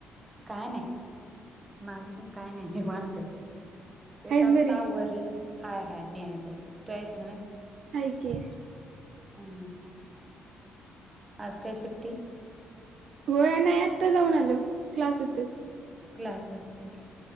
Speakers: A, on the right (about 25°); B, on the right (about 65°).
A: काय नाही. माझं पण काय नाही निवांत तेच
B: आहेस
A: आता
B: बरी
A: आवरल. हाय हाय मी आहे बरी तू आहेस नवें
B: आहे की,
A: हा ह आज काय सुट्टी?
B: होय नाही आत्ता जाऊन आलो क्लास होत. ते
A: क्लास असतील.